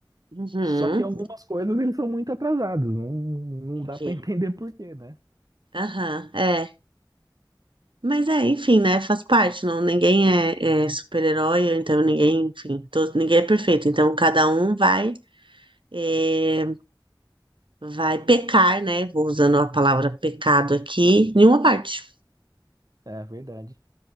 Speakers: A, on the right; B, on the right.
A: Uhum,
B: Só que algumas coisas eles são muito atrasados, não, não
A: entendi.
B: dá para <laughs> entender por quê, né?
A: Aham, é. Mas é, enfim, né? Faz parte, não, ninguém é, é super-herói, ou então ninguém, enfim, todo, ninguém é perfeito. Então cada um vai, é, vai pecar, né? Vou usando a palavra pecado aqui, em uma parte.
B: É verdade.